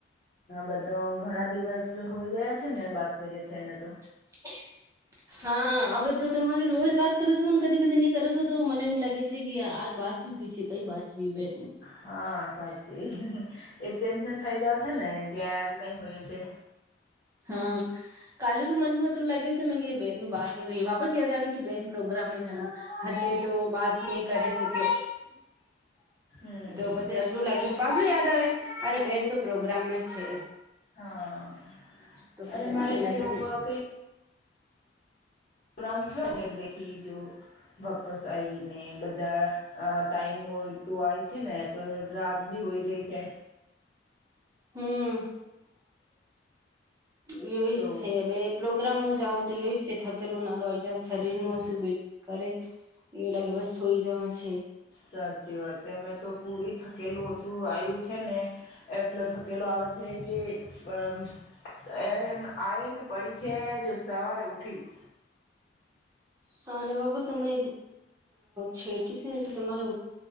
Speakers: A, on the left; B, on the right.
A: બધા ઘણા દિવસ હોય ગયા છે ને બાત કરીએ છે એને તો.
B: <inaudible> હા હવે તો તમારે રોજ વાત કરો છો કદી-કદી ની કરૂ સુ તો મને એવું લાગે છે કેય આજ બાત ની વિશે કઈ બાત વીવે.
A: હા સાચી એક ટેન્શન થઈ જાવે છે ને કે આજ કઈ હોયો છે.
B: હા. કાલું તો મનમહતત્રું લાગ્યું છે મ બ બેનનું બાહતની હોઈ વાપસ યાદવેછી બેન પ્રોગ્રામમે હા હા તે તો વાત નહી કરે શકે.
A: હમ
B: તો પછી અતરો લાગ્યું છે પાછું યાદ આવે અરે બેન તો પ્રોગ્રામ છે.
A: હા
B: તો પછી
A: અરે મારે
B: મને
A: બી
B: લાગે
A: એવું
B: છે
A: કઈ રામછોડ ગઈ થી જો વાપસ આઈને બધા અ ટાઈમ હોય તુ આવી છે ને તો રાત બી હોઈ ગઈ છે.
B: હમ એય
A: તો
B: જ છે બે પ્રોગ્રામ હું જાઉં તો ય જ થકેલું નાજ શરીર
A: હમ
B: નો શું. કરે એવું લાગે બસ સોઈ જવાશે.
A: સાચી વાત મેં તો પૂરી થકેલું ઓતરું આવ્યું છે ને. એટલો થકેલો આવે છે કે આ. એ આવીઈને પડી છે જો સવારે ઉઠ્યો.
B: હા અને બાપસ તમે છેટી છે ને તો તમારે